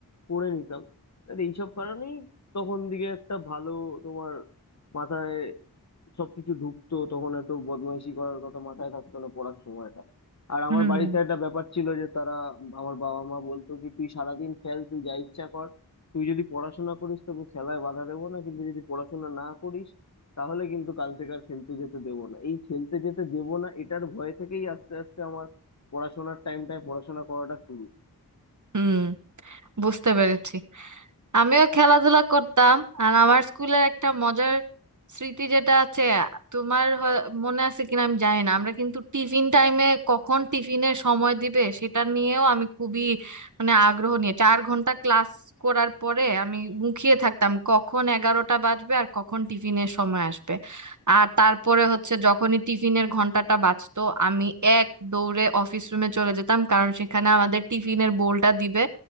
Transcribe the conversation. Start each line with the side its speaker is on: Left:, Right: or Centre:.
Left: পড়ে নিতাম আর এইসব কারণেই তখন দিকে একটা ভালো তোমার মাথায় সবকিছু ঢুকতো তখন এত বদমাইশি করার কথা মাথায় থাকতো না পড়ার সময়টা আর
Right: হুম
Left: আমার বাড়িতে একটা ব্যাপার ছিল যে তারা আমার বাবা মা বলতো কি তুই সারাদিন খেল তুই যা ইচ্ছা কর তুই যদি পড়াশোনা করিস তোকে খেলায় বাধা দেবো না কিন্তু যদি পড়াশোনা না করিস তাহলে কিন্তু কাল থেকে আর খেলতে যেতে দেবো না এই খেলতে যেতে দেবো না এটার ভয় থেকেই আস্তে আস্তে আমার পড়াশোনার টাইমটায় পড়াশোনা করাটা শুরু
Right: হুম বুঝতে পেরেছি আমিও খেলাধুলা করতাম আর আমার স্কুলের একটা মজার স্মৃতি যেটা আছে তোমার হয়- মনে আছে কিনা আমি জানি না আমরা কিন্তু টিফিন টাইমে কখন টিফিনের সময় দিবে সেটা নিয়েও আমি খুবই মানে আগ্রহ নিয়ে চার ঘন্টা ক্লাস করার পরে আমি মুখিয়ে থাকতাম কখন এগারোটা বাজবে আর কখন টিফিনের সময় আসবে আর তারপরে হচ্ছে যখনই টিফিনের ঘন্টাটা বাজতো আমি এক দৌড়ে অফিস রুমে চলে যেতাম কারণ সেখানে আমাদের টিফিনের বোলটা দিবে